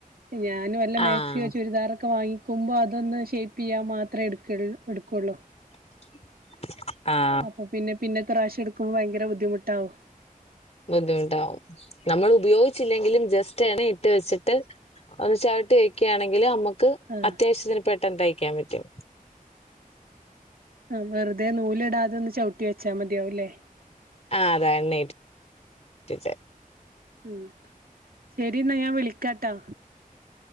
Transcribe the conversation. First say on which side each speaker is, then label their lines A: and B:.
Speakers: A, on the right; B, on the left.
A: ഞാനു വല്ല മാക്സിയോ
B: ആഹ്
A: ചുരിദാറൊക്കെ വാങ്ങി ക്കുമ്പോ അതൊന്ന് ഷേപ്പിയ്യാൻ മാത്രേ എട്ക്കൽ എടുക്കുള്ളൂ
B: <inaudible> ആഹ്
A: അപ്പൊ പിന്നെ പിന്നെത്തെ പ്രാവശ്യം എടുക്കുമ്പോ ഭയങ്കര ബുദ്ധിമുട്ടാവും
B: ബുദ്ധിമുട്ടാവും നമ്മൾ ഉപയോഗിച്ചില്ലെങ്കിലും ജസ് റ്റടെ ഇട്ട് വെച്ചിട്ട് ഒന്ന് ചവിട്ട് വെക്ക്യാണെങ്കില് അമ്മു ക്
A: ആഹ്
B: അത്യാവശ്യത്തിന് പെ ട്ടെന്തയിക്കാൻ പറ്റും
A: ആ വെറുതെ നൂലിടാതെ ഒന്ന് ചവിട്ടി വെച്ചാ മതിയാവുല്ലേ
B: ആഹ് അതാ എണ്ണയിട്ട് <inaudible> ഇട്ട് വെച്ചാമതി
A: ഉം ശരി ന്നാ ഞാൻ വിളിക്കാട്ടാ